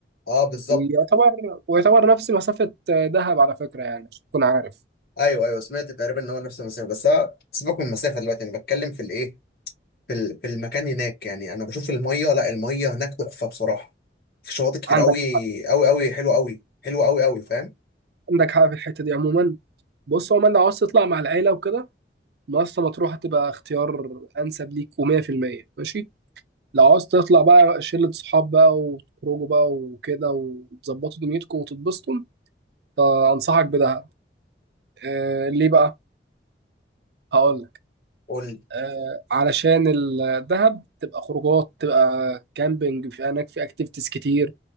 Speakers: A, on the left (about 55°); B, on the right (about 65°).
A: اه بالظبط
B: ويعتبر ويعتبر نفس مسافه آه، دهب على فكره يعني عشان تكون عارف
A: ايوه ايوه سمعت تقريبا ان هو نفس المسافه بس أنا سيبك من المسافه دلوقتي انا بتكلم في الايه في ال- في المكان هناك يعني انا بشوف الميه لا الميه هناك تحفه بصراحه في شواطئ كتير
B: عندك
A: قوي قوي قوي حلوه قوي حلوه قوي قوي فاهم
B: عندك حاجه في الحته دي عموما بص عموما لو عاوز تطلع مع العيله وكده مرسى مطروح هتبقى اختيار انسب ليك و100% ماشي لو عاوز تطلع بقى شلة صحاب بقى وتخرجوا بقى وكده وتظبطوا دنيتكم وتتبسطوا فانصحك بدهب آه ليه بقى هقول لك
A: قول لي
B: آه علشان الدهب تبقى خروجات تبقى كامبينج في هناك في اكتيفيتيز كتير